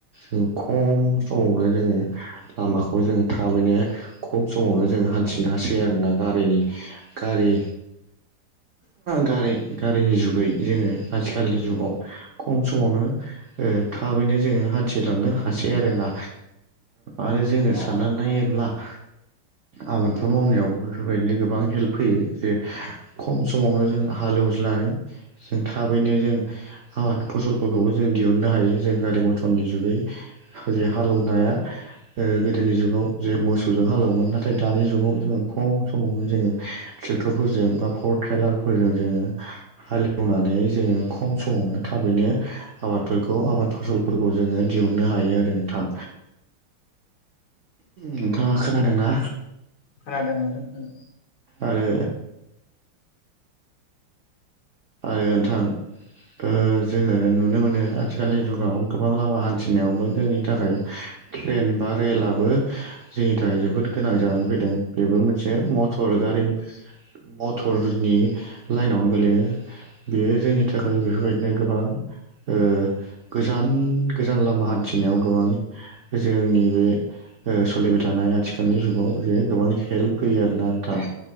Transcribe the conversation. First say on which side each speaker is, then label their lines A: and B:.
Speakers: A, on the right; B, on the left.
A: जों खम समावनो जोङो लामाखौ जोङो थाबैनो खम समावनो जोङो हान्थिनो हासै आरो ना? गारिनि गारि गारि गारिनि जुगै जोङो आथिखालनि जुगाव खम समावनो ओ थाबैनो जोङो हान्थिलांनो हासै आरो ना आरो जोङो
B: औ
A: साननानै
B: नोंथां
A: नायोब्ला
B: औ
A: <inaudible> आबादफोर मावनायावबो बेफोरबायदिनो गोबां हेल्प फैयो जे खम समावनो जों हालेवज्लायनानै जों थाबैनो जों आबाद फसलफोरखौबो जों दिहुननो हायो जों गारि मथर नि जुगै जे हालेवनाया ओ गोदोनि जुगाव जे मोसौजों हालेवोमोन नाथाय दानि जुगाव जोङो खम समावनो जोङो ट्रेक्टरफोरजों बा पावार ट्रेलारफोरजों जोङो हालेवनानै जोङो खम समावनो थाबै नो आबादफोरखौ आबाद फसल फोरखौ जोङो दिहुननो हायो आरो नोंथां। नोंथाङा खोनादोंना?
B: खोनादों नोंथां खोनादों
A: आरो आरो नोंथां ओ जोङो नुनो मोनो आथिखालनि जुगाव गोबां लामा हान्थिनायावबो जोंनि थाखाय ट्रेन बा रेलआबो जोंनि थाखाय जोबोद गोनां जानानै फैदों बेबो मोनसे मटर गारि मथरनि लाइनावनो गोलैयो बेयो जोंनि थाखाय बेफोरबायदिनो गोबां ओ गोजान गोजान लामा हान्थिनायाव गोबां जोंनि बे ओ सोलिबाय थानाय आथिखालनि जुगाव जे गोबां हेल्प होयो आरोना नोंथां।